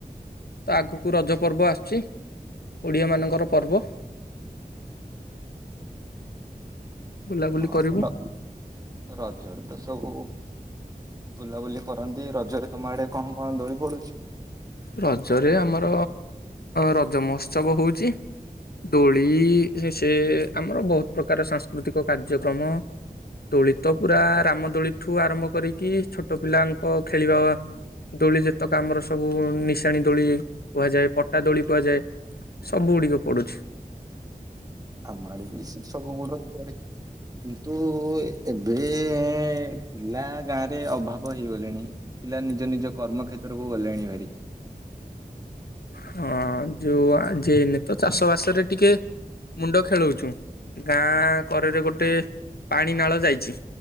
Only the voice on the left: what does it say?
ତ ଆଗକୁ ରଜ। ପର୍ବ ଆସୁଛି ଓଡିଆ ମାନଙ୍କ ଙ୍କର ପର୍ବ ବୁଲାବୁଲି
କରିବୁ
ରଜରେ ଆମର ରଜ ମହୋତ୍ସବ ହେଉଛି ଦୋଳି ସେ ଆମର ବହୁତ ପ୍ରକାର ସାଂସ୍କୃତିକ କାର୍ଯ୍ୟକ୍ରମ ଦୋଳି ତ ପୁରା ରାମଦୋଳିଠୁ ଆରମ୍ଭ କରିକି ଛୋଟ ପିଲାଙ୍କ ଖେଳିବା ଦୋଳି ଯେତେକ ଆମର ସବୁ ନିଶାଣି ଦୋଳି କୁହାଯାଏ ପଟା ଦୋଳି କୁହାଯାଏ ସବୁ ଗୁଡିକ ପଡୁଛି।
ହଁ ଯୋଉ ଆ ଯେ ଏନ ତ ଚାଷ ବାସରେ ଟିକେ ମୁଣ୍ଡ ଖେଳଉଛୁ ଗାଁ କରେରେ ଗୋଟେ ପାଣି ନାଳ ଯାଇଛି